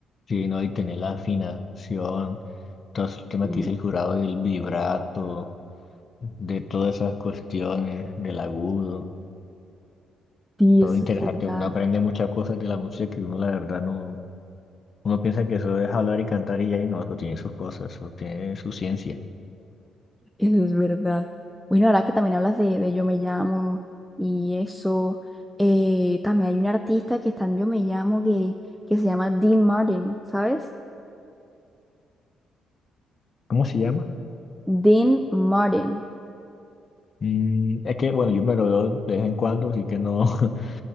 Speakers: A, on the left; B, in the centre.
A: Sí, ¿no? Y tener la afinación, todos los temas
B: Mm.
A: que dice el jurado del vibrato, de todas esas cuestiones, del agudo.
B: Sí,
A: Todo
B: eso
A: interesante,
B: es verdad.
A: uno aprende muchas cosas de la música que uno la verdad no, uno piensa que eso es hablar y cantar y ya, y no, eso tiene sus cosas, eso tiene su ciencia.
B: Eso es verdad. Bueno, ahora que también hablas de, de Yo Me Llamo y eso, eh, también hay un artista que está en Yo Me Llamo que, que se llama Dean Martin, ¿sabes?
A: ¿Cómo se llama?
B: Dean Martin.
A: Mm, es que, bueno, yo me lo veo de vez en cuando, así que no, <laughs>